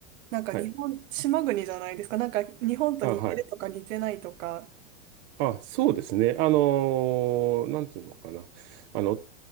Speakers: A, on the right; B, on the right.
A: なんか日本、
B: はい。
A: 島国じゃないですか。なんか日本と似てるとか似てないとか。
B: あ、はい。あ、そうですね。あのーなんていうのかな。あの、